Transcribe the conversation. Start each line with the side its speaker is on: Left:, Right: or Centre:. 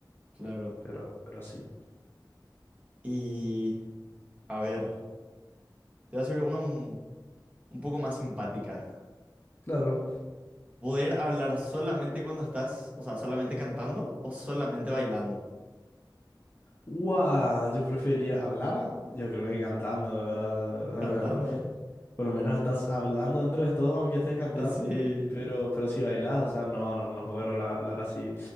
Right: Claro.
Left: Pero, pero sí.
Right: Y, a ver, te voy a hacer uno. un poco más simpática.
Left: Claro.
Right: Poder hablar solamente cuando estás, o sea, solamente cantando o solamente bailando.
Left: Guau, yo preferiría hablar, yo creo que cantando, ¿verdad?
Right: Cantando.
Left: Eh, por lo menos estás hablando dentro de todo, aunque estés cantando,
Right: Eh, sí.
Left: pero, pero si bailas, o sea, no, no, no puedo hablar, hablar así